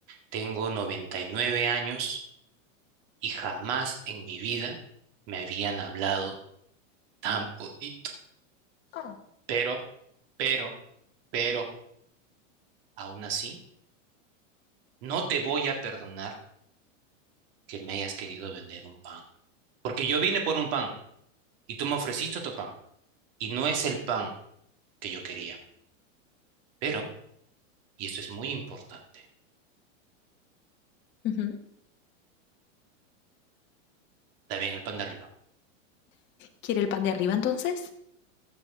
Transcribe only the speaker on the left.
Oh,
Ujú.
¿Quiere el pan de arriba entonces?